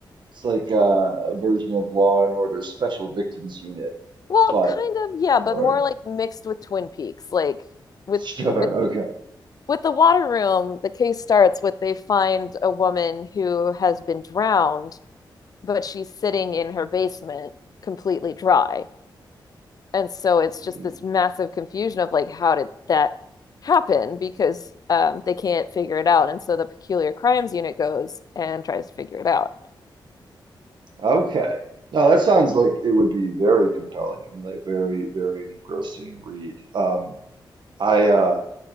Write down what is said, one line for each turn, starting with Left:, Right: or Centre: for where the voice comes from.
Right: it's like uh, a version of Law and Order Special Victims Unit.
Left: Well,
Right: But
Left: kind of, yeah, but
Right: Sure.
Left: more like
Right: <laughs>
Left: mixed with Twin Peaks. Like with
Right: Sure.
Left: with
Right: Okay.
Left: with the water room, the case starts with they find a woman who has been drowned, but she's sitting in her basement completely dry. and so it's
Right: Mm.
Left: just this massive confusion of like how did that happen because um, they can't figure it out and so the peculiar crimes unit goes and tries to figure it out
Right: Okay. No, that sounds like it would be very compelling and like very, very engrossing read. Um, I uh